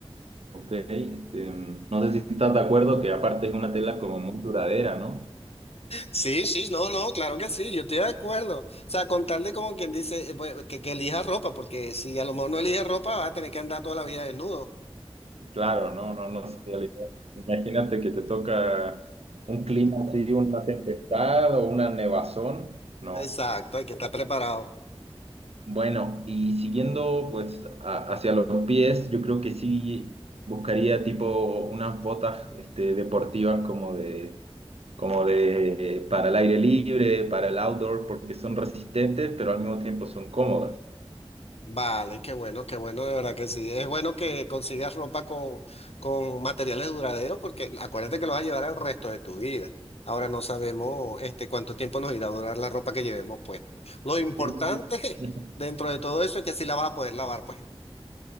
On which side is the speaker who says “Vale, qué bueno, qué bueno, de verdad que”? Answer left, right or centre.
Left